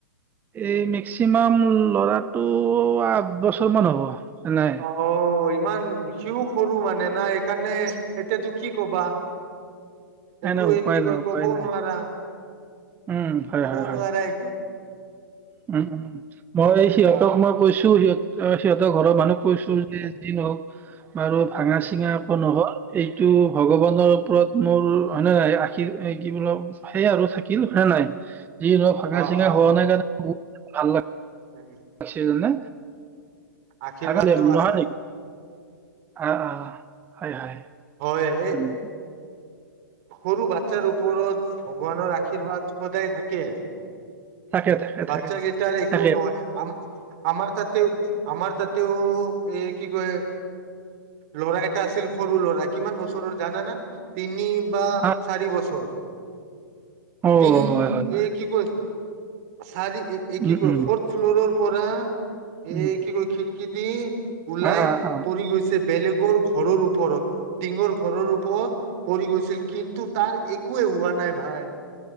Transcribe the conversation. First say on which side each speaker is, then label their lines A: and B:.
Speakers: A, on the right (about 15°); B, on the right (about 45°).
A: এই মেক্সিমাম ল'ৰাটো আঠ বছৰ মান হ'ব নাই
B: অ ইমান সিউ সৰু মানে নাই সেইকাৰণে এতিয়াতো কি কবা
A: নাই
B: একো
A: নাই উপায়
B: কি
A: নাই
B: কৈ
A: উপায়
B: কবও
A: নাই
B: নোৱাৰা
A: উম হয়
B: হ'ব
A: হয় হয়
B: নোৱাৰা এইটো
A: <unintelligible> মই সিহঁতক
B: অ
A: মই কৈছো সিহঁত সিহঁতৰ ঘৰৰ মানুহক কৈছো যে যি নহওক বাৰু ভাঙা চিঙা
B: উম,
A: একো নহ'ল এইটো ভগৱানৰ ওপৰত মোৰ হয়নে নাই আশীৰ কি বোল সেইয়া আৰু থাকিল হয়ে নাই যিহ ফাঙা
B: অ
A: চিঙা
B: অ
A: হোৱা নাই কাৰণে। ভাল
B: উম
A: পিছে যোনে
B: আশীৰ্বাদটো
A: থাকালেম নহা
B: আছে
A: নেকি অ অ হয় হয়
B: <inaudible>
A: উম
B: সৰু ব চাৰ ওপৰত ভগৱানৰ আশীৰ্বাদ সদায় থাকে
A: থাকে থাকে
B: বাচ্ছাকেইটাৰ
A: থাকে
B: একো
A: থাকে
B: নহয় আমাৰ তাতেও আমাৰ তাতেও এই কি কয়। ল'ৰা এটা আছিল সৰু ল'ৰা কিমান বছৰৰ গানা ন তিনি বা
A: আহ
B: চাৰি বছৰ
A: অ
B: তিনি
A: হয় হয় হয়।
B: এই কি কয় চাৰি একি
A: উম
B: কৰে
A: উম
B: ফ'ৰ্থ ফ্ল'ৰৰ পৰা এ
A: উম
B: কি ক খি কিদি। ওলাই
A: আহ আহ আহ
B: পৰি গৈছে বেলেগৰ ঘৰৰ ওপৰত টিঙৰ ঘৰৰ ওপ পৰি গৈ কিন্তু তাৰ একোৱেই হোৱা নাই ভাই।